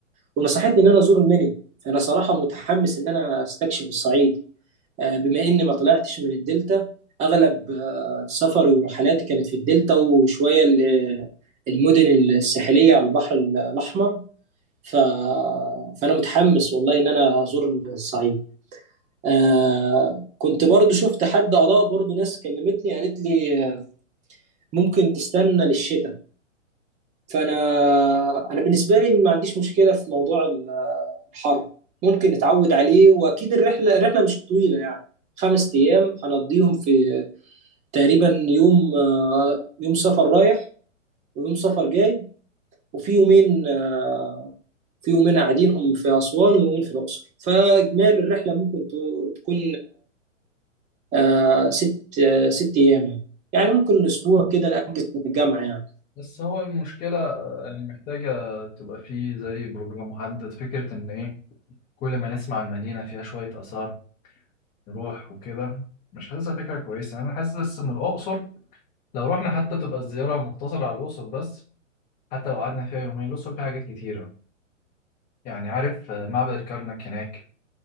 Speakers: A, on the right (about 20°); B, on the left (about 15°).
A: ونصحتني ان انا ازور المنيا فانا صراحة متحمس ان انا استكشف الصعيد آه، بما اني ما طلعتش من الدلتا اغلب آه، سفري ورحلاتي كانت في الدلتا وشويه ل- المدن الساحليه على البحر الاحمر ف... فانا متحمس والله ان انا ازور الصعيد آه كنت برضو شفت حد اراء برضو ناس كلمتني قالت لي آه، ممكن تستنى للشتاء فانا انا بالنسبه لي ما عنديش مشكله في موضوع ال- الحر ممكن نتعود عليه واكيد الرحله الرحله مش طويله يعني خمس ايام هنقضيهم في تقريبا يوم آه، يوم سفر رايح ويوم سفر جاي وفي يومين آه، في يومين قاعدينهم في أسوان ويومين في الأقصر فإجمالي الرحلة ممكن ت- تكون آه، ست آه، ست أيام يعني يعني ممكن أسبوع كده نأجز من الجامعة يعني
B: بس هو المشكلة آه، يعني محتاجة تبقى فيه زي بروجرام محدد فكرة إن إيه كل ما نسمع المدينة فيها شوية آثار نروح وكده مش حاسسها فكرة كويسة أنا حاسس إن الأقصر لو رحنا حتى تبقى الزيارة مقتصرة على الأقصر بس حتى لو قعدنا فيها يومين الأقصر فيها حاجات كتيرة يعني عارف آه، معبد الكرنك هناك